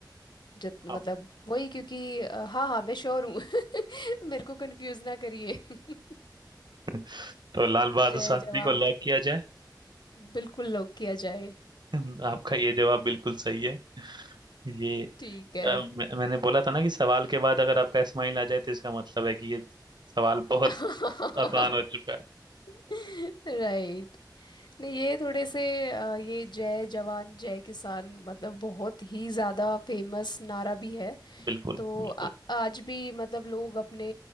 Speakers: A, on the left; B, on the right.
A: जित मतलब
B: आप-
A: वही क्योंकि अ, हाँ हाँ मैं श्योर हूँ <laughs> मेरे को कंफ्यूज ना करिए <laughs>
B: <laughs> तो लाल बहादुर
A: जय
B: शास्त्री
A: जवान
B: को लॉक किया जाए
A: बिल्कुल लॉक किया जाए
B: <laughs> आपका ये जवाब बिल्कुल सही है ये
A: ठीक
B: अ,
A: है
B: मैं, मैंने बोला था ना कि सवाल के बाद अगर आपका स्माइल आ जाए तो इसका मतलब है कि ये सवाल बहुत
A: <laughs>
B: आसान हो चुका है
A: राइट नहीं ये थोड़े से अ, ये जय जवान जय किसान मतलब बहुत ही ज़्यादा फेमस नारा भी है
B: बिल्कुल
A: तो
B: बिल्कुल
A: आ, आज भी मतलब लोग अपने